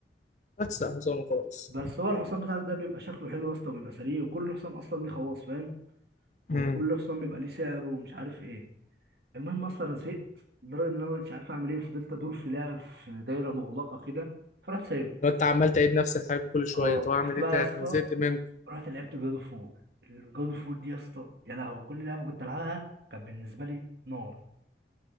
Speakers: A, on the left; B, on the right.
A: بس حصان وخلاص
B: بس هو الحصان بتاعك ده بيبقى شكله حلو يا اسطى بيبقى سريع وكل حصان اصلا ليه خواص فاهم
A: امم
B: وكل حصان بيبقى ليه سعر ومش عارف ايه المهم اصلا زهقت لدرجه ان انا مش عارف اعمل ايه وفضلت ادور في لعب في دايره مغلقه كده فرحت سايبها
A: لو انت عمال تعيد نفس الحاجه كل شويه
B: اه
A: طب اعمل
B: رحت
A: ايه
B: بقى
A: تاني
B: يا اسطى
A: انا زهقت منك
B: رحت لعبت جاد اوف وور جاد اوف وور دي يا اسطى يا لهوي كل لعبه كنت العبها كان بالنسبه لي نار